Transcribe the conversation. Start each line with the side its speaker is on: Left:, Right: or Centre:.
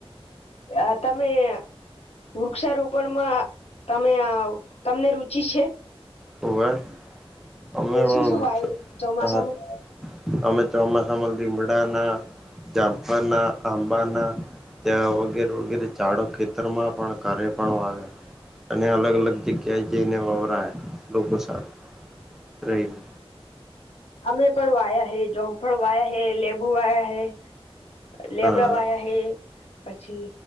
Left: અ તમે વૃક્ષારોપણમાં તમે તમને રુચિ છે?
Centre: હોવે અમે
Left: તમે શું
Centre: પણ
Left: શું વાયુ ચોમાસામાં
Centre: હા અમે ચોમાસામાં લીમડાના જામફરના આંબાના ત્યાં વગેરે વગેરે ચાળો ખેતરમાં પણ ઘરે પણ વાવયા અને અલગ અલગ જગ્યાએ જઈને વવરાયા લોકો સાથે રહીને.
Left: અમે પણ વાયા હૈ, જોમફળ વાયા હૈ, લેબુ વાયા હૈ લેબડા
Centre: હા
Left: વાયા હૈ, પછી